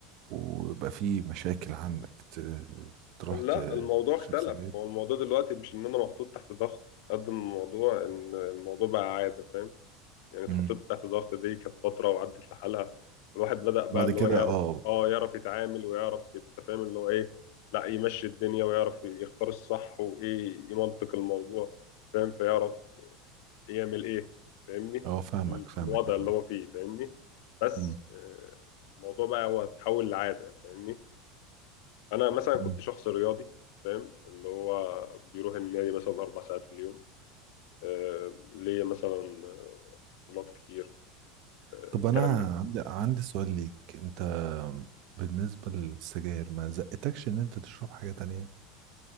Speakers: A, on the right; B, on the left.
A: ويبقى في مشاكل عندك ت... تروح
B: لا
A: ت...
B: الموضوع اختلف
A: تشرب سجاير
B: هو الموضوع دلوقتي مش ان انا محطوط تحت ضغط قد ما الموضوع ان الموضوع بقى عاده فاهم يعني اتحطيت
A: امم
B: تحت الضغط دي كانت فترة وعدت لحالها الواحد بدأ بقى
A: بعد
B: اللي
A: كده
B: هو يعرف
A: اه
B: اه يعرف يتعامل ويعرف التفاهم اللي هو ايه لا يمشي الدنيا ويعرف يختار الصح وايه يمنطق الموضوع فاهم فيعرف يعمل ايه فاهمني
A: اه فاهمك
B: في ال-
A: فاهمك
B: في الوضع
A: يا
B: اللي
A: زميلي.
B: هو فيه فاهمني بس
A: امم
B: آه، الموضوع بقى هو اتحول لعادة فاهمني انا مثلا
A: أمم.
B: كنت شخص رياضي فاهم اللي هو بيروح النادي مثلا اربع ساعات في اليوم آه، ليا مثلا بطولات كتير آه،
A: طب
B: الكلام
A: أنا
B: ده
A: عندي عندي سؤال ليك أنت بالنسبة للسجاير ما زقتكش إن أنت تشرب حاجة تانية